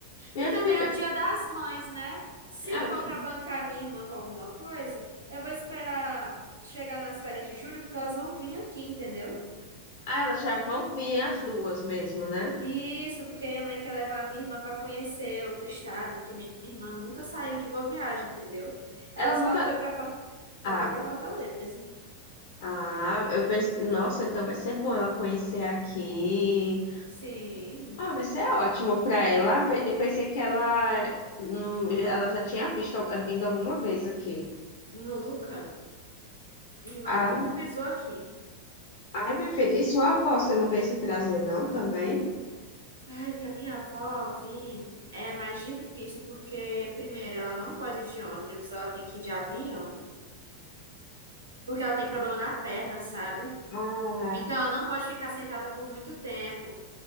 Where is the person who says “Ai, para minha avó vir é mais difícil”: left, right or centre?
Right